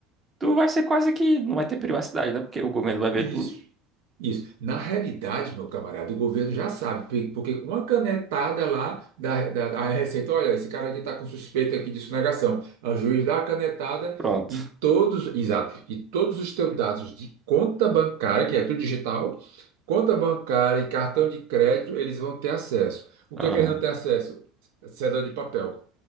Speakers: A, on the right (about 15°); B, on the right (about 85°).
A: tu vai ser quase que não vai ter privacidade, né? Porque o governo vai ver
B: isso.
A: tudo,
B: Isso. Na realidade, meu camarada, o governo já sabe, pe- porque com a canetada lá da, da, da Receita, olha, esse cara aqui está com suspeita aqui de sonegação. O juiz dá a canetada
A: pronto.
B: e todos, exato, e todos os teus dados de conta bancária, que é tudo digital, conta bancária e cartão de crédito, eles vão ter acesso. O
A: Aham.
B: que é que eles não têm acesso? Cédula de papel.